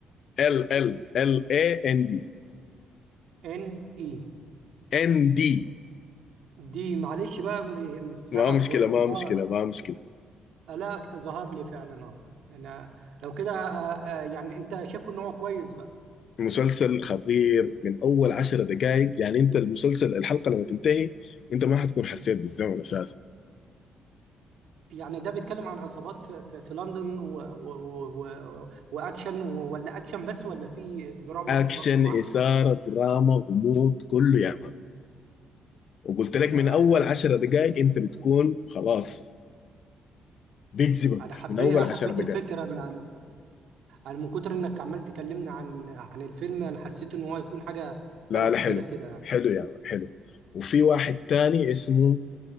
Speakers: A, on the left (about 60°); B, on the right (about 75°).
A: ال ال ال اي ان دي
B: ان اي
A: ان دي
B: دي معلش بقى م- مش سامع
A: ما مشكله
B: كويس
A: ما
B: اه
A: مشكله ما مشكله
B: آه، لا ظهر لي فعلا اه انا لو كده آه، آه، يعني انت شايفه ان هو كويس بقى
A: مسلسل خطير من اول عشر دقائق يعني انت المسلسل الحلقه لما تنتهي انت ما حتكون حسيت بالزمن اساسا
B: يعني ده بيتكلم عن عصابات في, في, في لندن و و و و واكشن و- ولا اكشن بس ولا في دراما
A: اكشن
B: برضو معاه
A: اثاره دراما غموض كله يا مان وقلت لك
B: انا
A: من اول عشر دقائق انت بتكون خلاص بيجذبك
B: انا حبيت
A: من اول
B: حبيت
A: عشر دقائق
B: الفكره ان انا من كتر انك عمال تكلمنا عن عن الفيلم انا حسيت ان هو هيكون حاجه
A: لا
B: حاجه خطيره
A: لا حلو
B: كده يعني
A: حلو يا مان حلو وفي واحد تاني اسمه